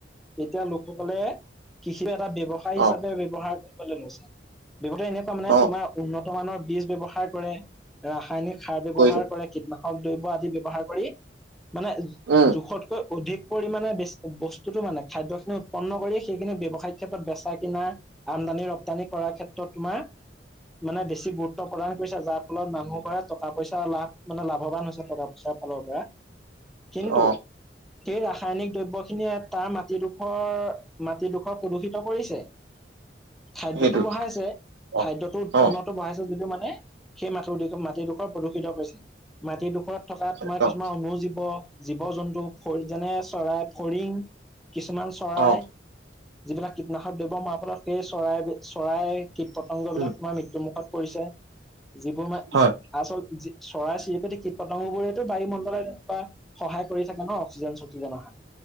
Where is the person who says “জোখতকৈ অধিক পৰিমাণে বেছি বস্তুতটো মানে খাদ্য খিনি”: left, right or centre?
Centre